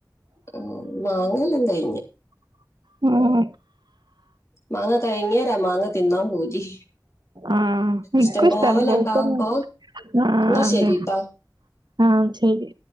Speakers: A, on the left (about 40°); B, on the right (about 75°).
A: ആഹ് മാങ്ങയെല്ലാ കയിഞ്ഞ്
B: ഉം
A: മാങ്ങ കഴിഞ്ഞേരാ മാങ്ങ തിന്നാൻ പൂതി
B: ആഹ് ഇക്കു
A: ഇഷ്ടം
B: ഇഷ്ടാണ്
A: പോലെ
B: പൊവ്ത്ത
A: ഇണ്ടാവുമ്പോ
B: ആഹ്
A: ന്നാ ശരിട്ടോ.
B: ണ്ടേ ആഹ് ശെരി